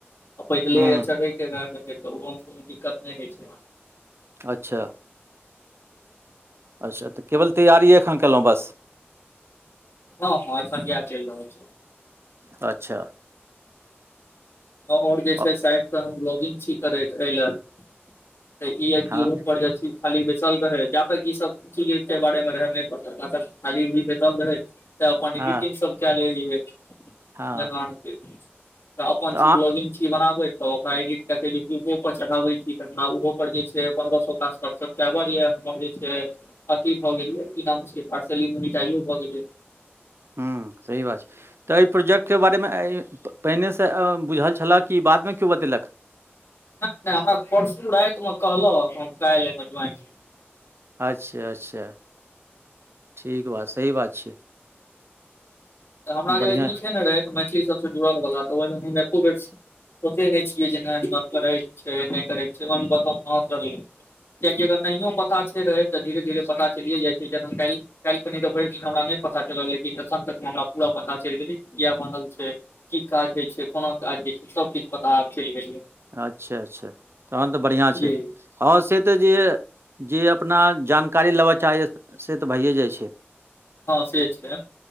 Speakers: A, on the left; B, on the right.
A: पैदले
B: हूँ
A: आ चलबै केदारनाथ नहि तऽ ओहो मे कोनो दिक्कत नहि होइ छै।
B: अच्छा। अच्छा तऽ केवल तैयारिये एखन केलौ बस।
A: हां-हां एखन याह चैल रहल छै।
B: अच्छा।
A: और जे छै
B: अ,
A: साइड से हम ब्लॉगिंग छी करैत अय लै। तऽ ई याए कि
B: हँ
A: इहो पर <unintelligible> खाली बेसल रहै जा तक ई सब चीज के बारे मे रहै नै पता ता तक खाली भी बेसल रहै। ताए अपन
B: हँ
A: इडीटिंग सब काए लै रिहै
B: हँ
A: जना कि अपन
B: तऽ अहाँ
A: छी, ब्लॉगिंग छी बनाबै। तऽ ओकरा इडिट काए के यूट्यूबो पर चढ़ाबै छी त हमरा उहो पर जे छै पन्द्रह सौ <unintelligible> टाबर या <unintelligible> जे छै अथी भ गेलया की नाम छिये पार्सली मोनिटाइजो भ गेलै।
B: हुं सही बात छै। तऽ ए प्रोजेक्ट के बारे मे ए इ पहिने से अ बुझल छला कि बादमे कियो बतेलक।
A: नै-नै हमरा परसु राएत मे कहलक हम काएल एबै <unintelligible>
B: अच्छा-अच्छा ठीक बात, सही बात छै।
A: तऽ हमरा
B: बढ़िआँ
A: जे ई छै नै <unintelligible> मैथिली सबसे जुड़ल वला तऽ ओय मे हम एको बेर ओे ते नै छियै जे नै गप्प करै के छै नै करै छै, ओय मे बस हम हां करलिये। कियाएकि अगर नहियो पता छै रहैत त धीरे-धीरे पता चलिये जाएतै जेना काएल काएल कनि तऽ भैर दिन हमरा नै पता चलल, लेकिन एखन तक हमरा पूरा पता चैल गेलै किया बनल छै। की काज होय छै, कोना काज होय छै, सब किछ पता आब चैल गेल या।
B: अच्छा-अच्छा तहन तऽ बढ़ियाँ छै
A: जी
B: हाँ से तऽ जे जे अपना जानकारी लेबा चाहे से तऽ भाइये जाय छै।
A: हाँ से छैै।